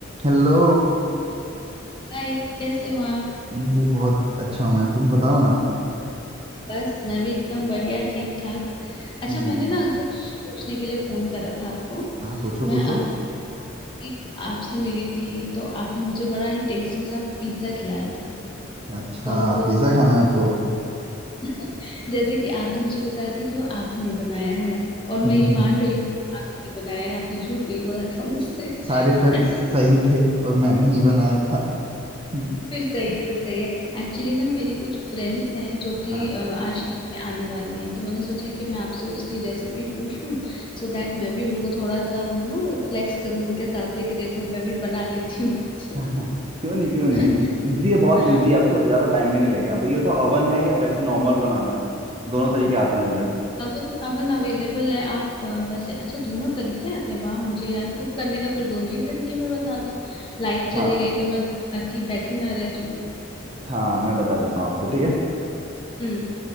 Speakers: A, on the right; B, on the left.
A: Hello
B: हाय कैसे हो आप
A: अरे बहुत अच्छा हूँ मैं तुम बताओ ना
B: बस मैं भी एकदम बढ़िया ठीक ठाक अच्छा
A: हम्म
B: मैंने ना कुछ पूछने के लिए फोन करा था आपको
A: हाँ पूछो
B: मैं
A: पूछो
B: अभी एक आपसे मिली थी तो आपने मुझे बड़ा ही टेस्टी सा पिज्जा खिलाया था
A: अच्छा
B: और वो
A: पिज्जा खाना है आपको
B: <laughs> जैसे कि आपने मुझे बताया था कि वो आप ही ने बनाया है और मैं
A: हम्म
B: ये मान
A: हम्म
B: रही हूँ कि आप ही ने बनाया है आपने झूठ नहीं बोला था मुझसे
A: सारे फैक्ट्स
B: <laughs>
A: सही थे और मैंने ही बनाया था हम्म,
B: फिर सही है फिर सही है एक्चुअली ना मेरी कुछ फ्रेंड्स हैं जो कि
A: हाँ
B: अ, आज शाम में आने वाली हैं तो मैंने सोचा कि मैं आपसे उसकी रेसिपी पूछ लूं सो दैट मैं भी उनको थोड़ा सा वो नो फ्लेक्स करूं उनके सामने कि देखो मैं भी बना लेती हूँ कुछ
A: हाँ, क्यों नहीं क्यों
B: <laughs>
A: नहीं इजी है बहुत
B: हाँ
A: इजी है आपको ज्यादा टाइम भी नहीं लगेगा अब ये तो ओवन है या वैसे नॉर्मल बनाना है दोनों तरीके आते हैं मुझे
B: अवन अवन अवेलेबल है आप अ, वैसे अच्छा दोनों तरीके आते हैं वाह मुझे यार कुक करने का फिर दोनों ही तरीके में बता दो लाइट चली
A: हाँ
B: गई तो मैं ताकि बैठी ना रह जाऊं
A: हाँ मैं बता देता हूँ आपको ठीक है
B: हम्म